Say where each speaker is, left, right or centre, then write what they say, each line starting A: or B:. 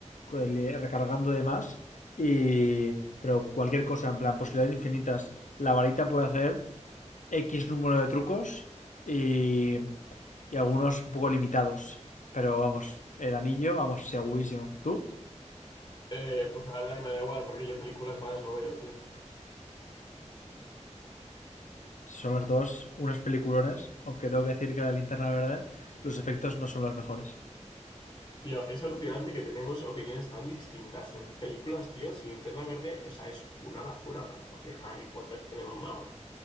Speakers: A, on the left; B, on the left.
A: el- recargando de más, y, pero cualquier cosa, en plan, posibilidades infinitas. La varita puede hacer X número de trucos y, y algunos un poco limitados, pero vamos, el anillo, vamos, segurísimo. ¿Tú?
B: Eh, pues la verdad que me da igual, porque yo películas malas no veo, tío.
A: Son los dos unos peliculones, aunque tengo que decir que la linterna verde, los efectos no son los mejores.
B: Tío, es alucinante que tenemos opiniones tan distintas en películas, tío. Si Linterna Verde, o sea, es una basura, macho. Y Harry Potter tiene, vamos,